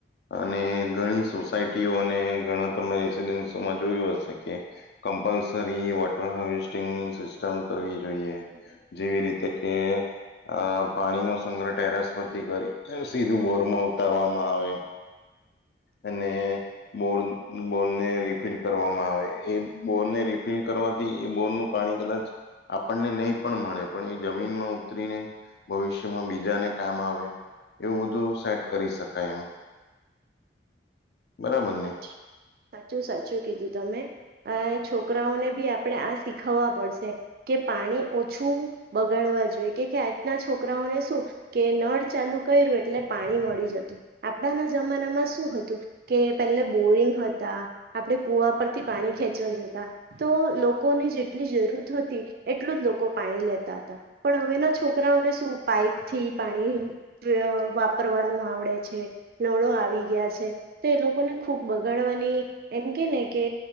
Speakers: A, on the left; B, on the right.
A: અને ઘણી સોસાયટીઓને ઘણા તમે રેસડન્સમાં જોયું હશે કે કમ્પલસરી વોટર હાર્વેસ્ટિંગની સિસ્ટમ કરવી જોઈએ જેવી રીતે કે અ પાણીનો સંગ્રહ ટેરસ પરથી કરી સીધું બોરમાં ઉતારવામાં આવે અને બોર બોરને રિફિલ કરવામાં આવે એ બોરને રિફિલ કરવાથી એ બોરનું પાણી કદાચ આપણને નહી પણ મળે પણ એ જમીનમાં ઉતરીને ભવિષ્યમાં બીજાને કામ આવે એવું બધું સેટ કરી શકાય એમ બરાબર
B: સા
A: ને
B: સાચું સાચું કીધું તમે? અ છોકરાઓને ભી આપ આપણે આ શીખવવા પડશે કે પાણી ઓછું બગાડવા જોઈએ કે આજના છોકરાઓને શું કે નળ ચાલુ કર્યું એટલે પાણી મળી જતું આપણાના જમાનામાં શું હતું? કે પહેલે બોરિંગ હતા આપણે કૂવા પરથી પાણી ખેંચવા જતા તો લોકોને જેટલી જરૂર હતી એટલું જ લોકો પાણી લેતા હતા પણ હવેના છોકરાઓને શું પાઈપથી પાણી વાપરવાનું આવડે છે. નળો આવી ગયા છે. તે એ લોકોને ખૂબ બગાડવાની એમ કે ને કે